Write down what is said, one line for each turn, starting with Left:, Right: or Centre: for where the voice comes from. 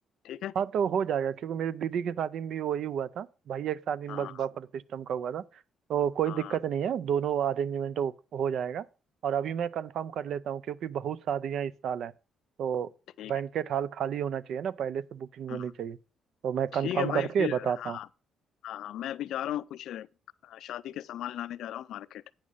Left: ठीक है
Right: हाँ तो हो जाएगा क्योंकि मेरी दीदी की शादी में भी वही हुआ था भैया की शादी में
Left: हाँ
Right: बस बफर सिस्टम का हुआ था तो कोई
Left: हाँ
Right: दिक्कत नहीं है दोनों अरेंजमेंट हो, हो जाएगा और अभी मैं कंफर्म कर लेता हूँ क्योंकि बहुत शादियाँ इस साल हैं तो
Left: ठीक
Right: बैंकेट
Left: है
Right: हॉल खाली होना चाहिए ना पहले से बुकिंग होनी
Left: हाँ,
Right: चाहिए तो मैं कंफर्म
Left: ठीक है भाई
Right: करके
Left: फिर
Right: बताता
Left: हाँ
Right: हूँ
Left: हाँ हाँ मैं अभी जा रहा हूँ कुछ अ, शादी के सामान लाने जा रहा हूँ मार्केट